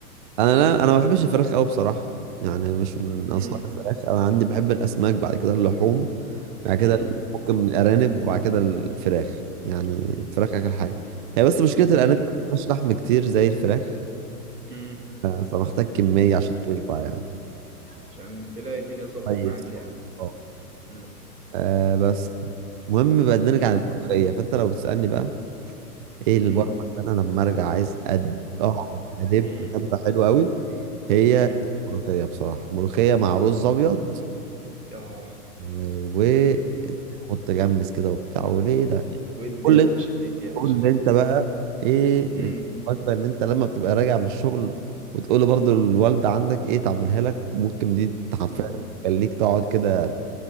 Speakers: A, on the right; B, on the right.
A: انا لا انا ما بحبش الفراخ قوي بصراحة يعني مش من
B: مم.
A: انصار الفراخ انا عندي بحب الاسماك بعد كده اللحوم بعد كده
B: مم.
A: ممكن الارانب وبعد كده الفراخ يعني الفراخ اخر حاجة هي بس مشكلة الارانب
B: مم.
A: ما فيهاش لحم كتير زي الفراخ
B: مم.
A: ف- فمحتاج كمية عشان تشبع يعني
B: عشان تلاقي الدنيا اتظبطت
A: طيب
B: معاك يعني
A: اه.
B: مم.
A: آه بس المهم بقى نرجع
B: مم.
A: للملوخية فانت لو بتسألني بقى ايه الوجبة
B: مم.
A: اللي انا لما ارجع عايز أد... اقعد ادب
B: مم.
A: دبة حلوة قوي هي
B: مم.
A: الملوخية بصراحة ملوخية مع رز ابيض
B: آه
A: آه، وحط جمس كده وبتاع وليه لا
B: ودي
A: قول
B: يا
A: لي
B: باشا ادي يا باشا
A: قول لي انت بقى ايه
B: مم.
A: الوجبة اللي انت لما بتبقى راجع من الشغل وتقول برضو الوالدة عندك ايه تعملها لك ممكن دي حرفيا
B: مم.
A: تخليك تقعد كده